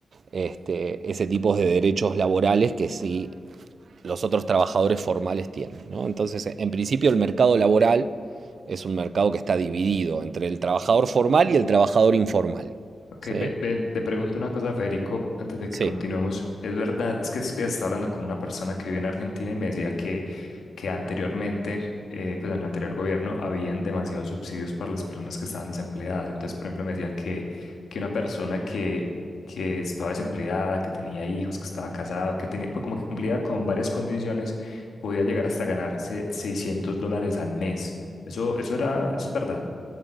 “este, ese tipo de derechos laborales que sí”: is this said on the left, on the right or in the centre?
Right